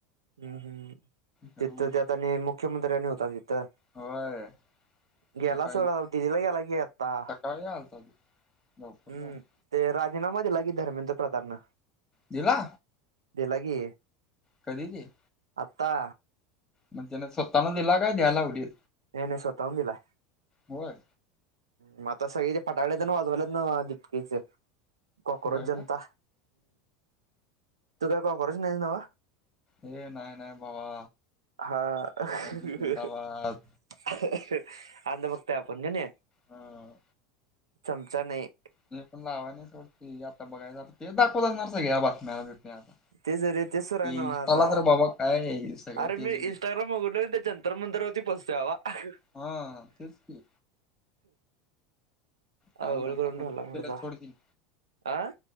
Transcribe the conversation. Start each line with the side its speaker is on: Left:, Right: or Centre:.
Right: हम्म हम्म
Left: त्यामुळे
Right: तिथं त्यात आणि मुख्यमंत्र्यांनी होता तिथं.
Left: होय
Right: गेला
Left: सकाळी
Right: सोडा दिदीला गेला की आता,
Left: सकाळी आलता तो लवकर
Right: हम्म.
Left: आलता
Right: ते राजीनामा दिला की धर्मेंद्र प्रधानन.
Left: दिला.
Right: दिला की
Left: कधी ते.
Right: आत्ता.
Left: म्हणजे त्यानें स्वतःने दिला, काय द्याय लावलीत.
Right: नाही नाही स्वतःहून दिलाय.
Left: होय.
Right: मग आता सगळी फटाकड्या तेन, वाजवायलेत नवं दीपकीचं कॉकरोज
Left: होय
Right: जनता.
Left: का
Right: तू काय कॉकरोच नाहीसं नवं.
Left: ये नाही नाही भावा
Right: हा
Left: मोदी जिंदाबाद.
Right: अंध भक्त आहे, आपण कणी.
Left: हां.
Right: चमचा नाही.
Left: नाही आपण लावाय नाही सोड टी व्ही आता बघायच तेच, दाखवत असणार सगळ्या बातम्याला बितम्याला आता.
Right: तेच रे तेच सुरू
Left: ते
Right: आहे
Left: इंस्टाला
Right: नव्हं आता,
Left: तर बाबा काय सगळं
Right: अरे
Left: तेच
Right: मी
Left: व्हिडिओ
Right: इंस्टाग्राम उघडलं कणी जनता <unintelligible>
Left: हा तेच की. काय
Right: अवघड
Left: दंगा
Right: करून
Left: धुडकूस
Right: ठेवलाय
Left: केल्यात
Right: मर्दा
Left: सोड तेनी
Right: आं.